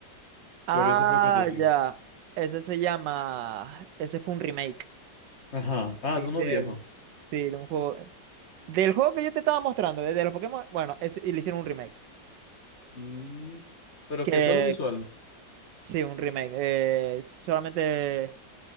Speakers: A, on the right; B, on the left.
A: Ah,
B: Por eso fue que te digo.
A: ya. Ese se llama. Ese fue un remake
B: Ajá. Ah,
A: que
B: de
A: hicieron.
B: uno viejo.
A: Sí, de un juego. Del juego que yo te estaba mostrando, de, de los Pokémon. Bueno, ese- y le hicieron un remake.
B: Mm, pero
A: Que.
B: que solo visual.
A: Sí, un remake. eh, solamente.